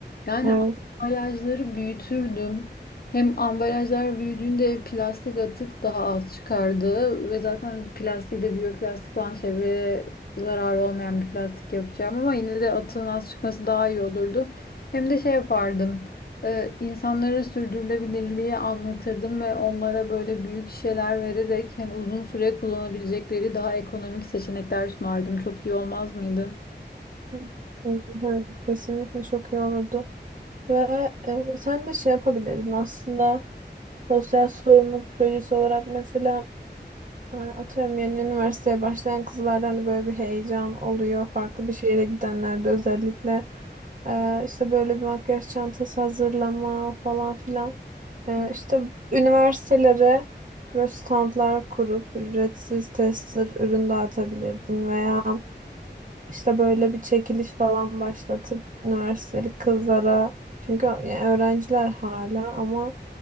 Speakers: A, on the left; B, on the right.
A: Yani
B: Evet,
A: ambalajları büyütürdüm. Hem ambalajlar büyüdüğünde plastik atık daha az çıkardı. Ve zaten plastiği de biyoplastik falan çevreye zararı olmayan bir plastik yapacağım. Ama yine de atığın az çıkması daha iyi olurdu. Hem de şey yapardım. e, insanlara sürdürülebilirliği anlatırdım ve onlara böyle büyük şişeler vererek hani uzun süre kullanabilecekleri daha ekonomik seçenekler sunardım. Çok iyi olmaz mıydı?
B: <laughs> evet kesinlikle çok iyi olurdu. Ve e, sen de şey yapabilirdin aslında sosyal sorumluluk projesi olarak mesela Ee, Atıyorum yeni üniversiteye başlayan kızlardan da böyle bir heyecan oluyor. Farklı bir şehire gidenlerde özellikle Ee, işte böyle bir makyaj çantası hazırlama falan filan. Ee,
A: Hı
B: işte üniversitelere böyle standlar kurup ücretsiz tester ürün dağıtabilirdin veya işte böyle bir çekiliş falan başlatıp üniversiteli kızlara çünkü yani öğrenciler hala ama